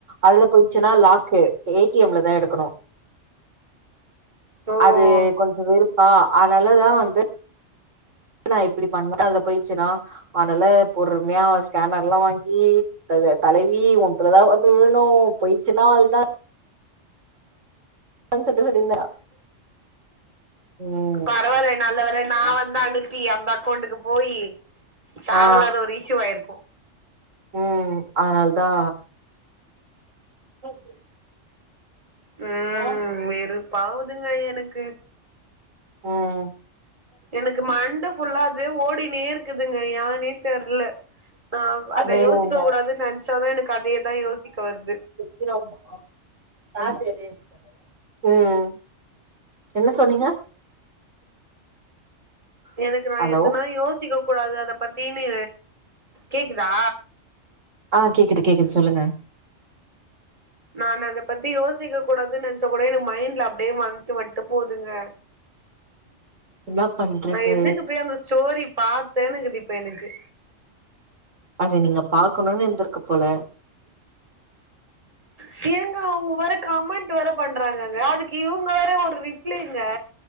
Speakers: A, on the right (about 80°); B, on the right (about 30°).
A: அதுல போயிச்சுன்னா லாக்கு ஏடிஎம்ல தா எடுக்கணு
B: ஓ
A: அது கொஞ்ச வெறுப்பா ஆனாலதா வந்து லா இப்படி பண்ணாத போய்ச்சுனா ஆனால பொறும்யா ஸ்கேன்னர் லா வாங்கி டவ்வு தலைவி உன்த்துலதா வந்து விழணு போய்ச்சுன்னா அவல்தா சொல்ட்டு சொல்லிருந்தா ம்
B: பரவாயில்ல நல்ல வேல நா வந்த் கனுப்பி அந்த் அக்கௌண்டுக்கு போயி தேவலாத
A: ஆ
B: ஒரு இஷ்யூ ஆயிருக்கு
A: உம் அதனால் தா ஓகே
B: உம்
A: அ
B: வெறுப்பாவுதுங்க எனக்
A: உம்
B: எனக்கு மண்ட ஃபுல்லா அதே ஓடினே இருக்குதுங்க யானே தெர்ல ஆ அத
A: ம்
B: யோசிக்க கூடாதுன் நென்ச்சாதா எனக்கு அதேதா யோசிக்க வருது
A: கிராமா ஆ தாச் எதேன் சகா உம் என்ன சொன்னீங்க
B: எனக்கு நா
A: ஹலோ
B: எதுனா யோசிக்க கூடாது அத பத்தினு கேக்குதா
A: ஆ கேக்குது கேக்குது சொல்லுங்க
B: நான் அத பத்தி யோசிக்கக் கூடாதுன் நென்ச்சாகூட எனக்கு மைண்ட்லப் டே வந்ட்டு வந்ட்டு போதுங்க
A: என்னா பண்றது
B: நா எதுக்கு போய் அந்துஸ் ச்சோரி பாத்தேன்னு இக்குது இப் எனக்கு
A: அத நீங்க பாக்கணுன் இருந்திருக்கு போல
B: ஷேங்க அவங்க வேற கமெண்ட் வேற பண்றாங்கங்க அதுக்கு இவங்க வேற ஒரு ரிப்ளைங்க